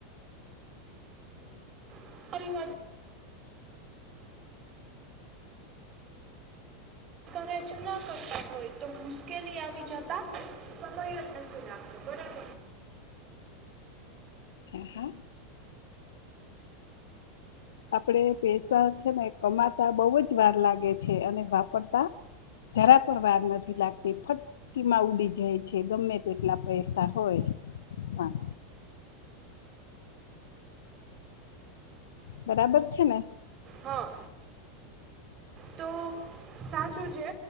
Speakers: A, on the right (about 30°); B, on the left (about 65°).
A: <unintelligible> કરે ના કરતા હોય તો મુશ્કેલી આવી જતા સમય જ નથી, લાગતો બરો <unintelligible>
B: હા હા. આપણે પેસા છે ને કમાતા બહુ જ વાર લાગે છે, અને વાપરતા જરા પણ વાર નથી લાગતી ફટકીમાં ઉડી જાય છે, ગમે તેટલા પૈસા હોય હા બરાબર છે ને
A: હા તો સાચું છે,